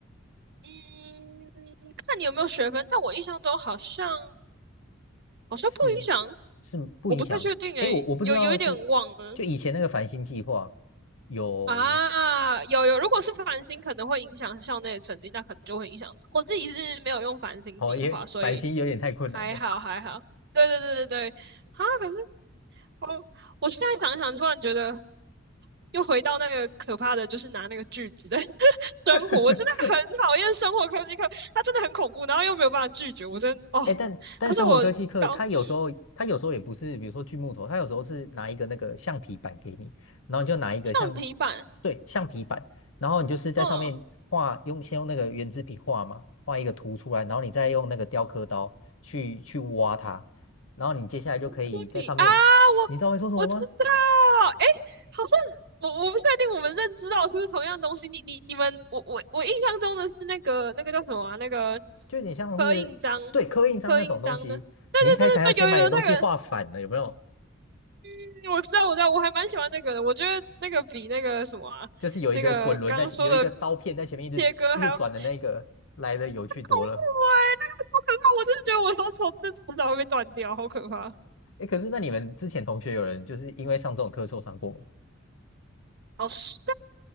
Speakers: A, on the right; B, on the left.
A: 嗯，看你有没有学分，但我印象中好像好像不影响，
B: 是是不影响？
A: 我不太确定诶，
B: 哎，我我不知道是就以前那个繁星计划
A: 有有一点忘了
B: 有，
A: 啊，有有，如果是繁星可能会影响校内的成绩，那可能就会影响。我自己是没有用繁星计划，
B: 哦，也繁星有点太困难了，
A: 所以还好还好。对对对对对，啊，可是 <laughs> 哦，我现在想想，突然觉得又回到那个可怕的，就是拿那个锯子的 <laughs> 生活。
B: <laughs>
A: 我真的很讨厌生活科技课，它真的很恐怖，然后又没有办法拒绝。我真哦，
B: 哎，但但生活科技课，
A: 他说我搞嗯
B: 它有时候它有时候也不是，比如说锯木头，它有时候是拿一个那个橡皮板给你，然后你就拿一个像，
A: 橡皮板，
B: 对，橡皮板，然后你就是在上面画，
A: 嗯，
B: 用先用那个圆珠笔画嘛，画一个图出来，然后你再用那个雕刻刀去去挖它，然后你接下来就可以在上面，
A: 铅笔啊，我我知道，
B: 你知道会说什么吗？
A: 诶，好像我我不确定我们认知到是不是同样东西。你你你们，我我我印象中的是那个那个叫什么啊？那个
B: 就有点像是对刻印章那种东西，
A: 刻印章，刻印章的。对对对对对，
B: 你一开始还要先把你的东西画反了，
A: 有有有那个。
B: 有没有？
A: 嗯我知道，我知道，我还蛮喜欢那个的。我觉得那个比那个什么啊那个刚刚说的
B: 就是有一个滚轮在，有一个刀片在前面一直一直转的那个，
A: 切割还要更恐
B: 来的有趣多了。
A: 怖哎、那个好可怕！我真的觉得我双手这迟早会被断掉，好可怕。
B: 哎，可是那你们之前同学有人就是因为上这种课受伤过吗？
A: 好像